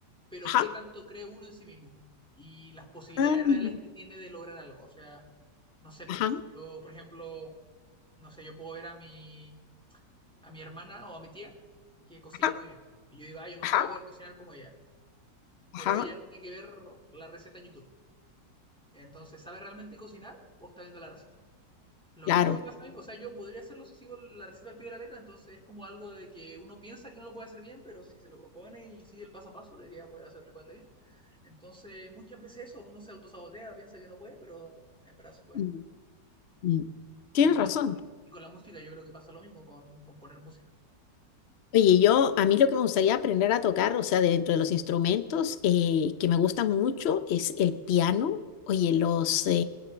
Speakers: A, in the centre; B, on the left (about 55°).
A: pero
B: Ajá.
A: qué tanto cree uno en sí mismo y las posibilidades
B: Ah,
A: reales que tiene de lograr algo. O sea, no sé, po,
B: Ajá.
A: yo, por ejemplo, no sé, yo puedo ver a mi, a mi hermana o a mi tía que cocina
B: Ajá,
A: muy bien. Y yo digo, ah, yo nunca
B: ajá,
A: voy a poder cocinar como ella, pero
B: ajá,
A: ella tiene que ver la receta en YouTube. Entonces, ¿sabe realmente cocinar o está viendo la receta? Lo
B: claro.
A: mismo me pasa a mí, pues, o sea, yo podría hacerlo si sigo la receta al pie de la letra, entonces es como algo de que uno piensa que no lo puede hacer bien, pero si se lo propone y sigue el paso a paso, debería poder hacerlo igual de bien. Entonces, muchas veces eso, uno se autosabotea, piensa que no puede, pero en verdad sí puede.
B: Mm, mm. Tienes
A: Y con
B: razón.
A: la música, y con la música yo creo que pasa lo mismo con, con poner música.
B: Oye, yo, a mí lo que me gustaría aprender a tocar, o sea, dentro de los instrumentos eh, que me gustan mucho es el piano. Oye, los eh,